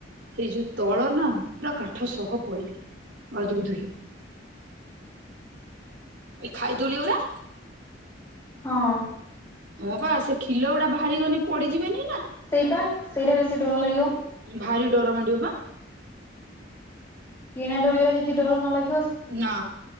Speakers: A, on the right; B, on the left.
A: ସେଇ ଯୋଉ ତଳ ନା ପୁରା କାଠ ସହ ପଇଲେ ଗାଦ ଗୁଦୁ ହେଇକି। ଏ ଖାଇ ଦୁଳି ଗୁରା।
B: ହଁ।
A: ହଁ ବା ସେ କ୍ଷିଲ ଗୁଡ଼ା ବାହାରି ଗନେ ପଡ଼ି ଯିବେନି।
B: ସେଇପା ସେଇଟା ବେଶି ଡର ଲାଗିବ।
A: ଭାରି ଡର ମାଡିବ ବା।
B: କିଣା ଡୋଳିରା ଯଦି ଡର ନ ଲାଗେ
A: ନା